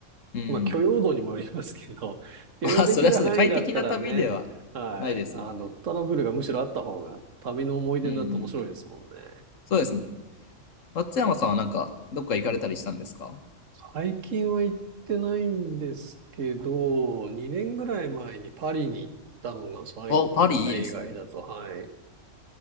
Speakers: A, on the left; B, on the right.
A: うん。
B: う、まあ、許容度にもよりますけど、
A: <laughs>
B: <laughs> 許容できる範囲だったらね、
A: まあ、それはそうで、快適な旅では
B: はい、
A: ないですもんね。
B: あの、トラブルがむしろあった方が、旅の思い出になって面白いですもんね。
A: うん。そうですね。松山さんはなんか、どっか行かれたりしたんですか
B: 最近は行ってないんですけど、2年ぐらい前にパリに行ったのが最後かな、
A: あ、パリいいですね。
B: 海外だと、はい。